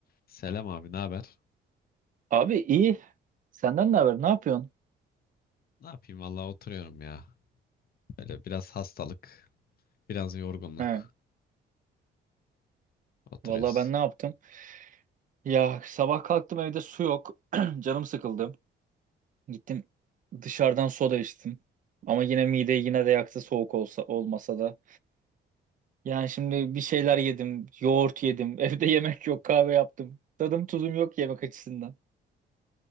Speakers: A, on the left; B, on the right.
A: Selam abi, ne haber?
B: Abi iyi. Senden ne haber? Ne yapıyorsun?
A: Ne yapayım vallahi oturuyorum ya. Böyle biraz hastalık, biraz yorgunluk.
B: He.
A: Oturuyoruz.
B: Vallahi ben ne yaptım? Ya sabah kalktım evde su yok. <clears throat> Canım sıkıldı. Gittim dışarıdan soda içtim. Ama yine mideyi yine de yaktı soğuk olsa olmasa da. Yani şimdi bir şeyler yedim. Yoğurt yedim. <laughs> Evde yemek yok. Kahve yaptım. Tadım tuzum yok yemek açısından.